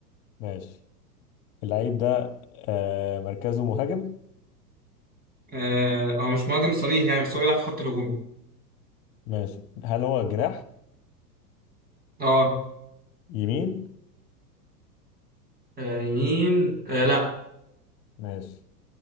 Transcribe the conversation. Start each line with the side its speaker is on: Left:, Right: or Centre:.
Left: ماشي اللعيب ده آه مركزه مهاجم
Right: آه، هو مش مهاجم صريح يعني بس هو بيلعب في خط الهجوم
Left: ماشي هل هو جناح
Right: اه
Left: يمين
Right: آه، يمين آه، لا
Left: ماشي